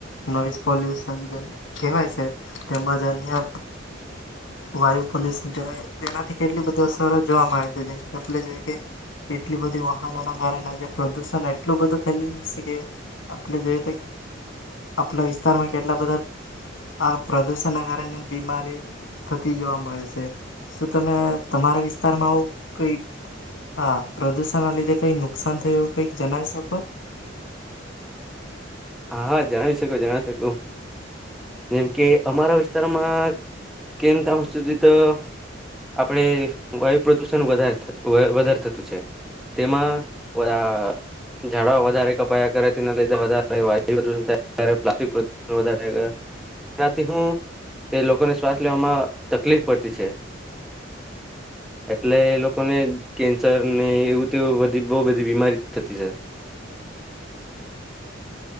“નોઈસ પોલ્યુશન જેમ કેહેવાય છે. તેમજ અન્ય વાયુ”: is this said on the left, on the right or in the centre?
Left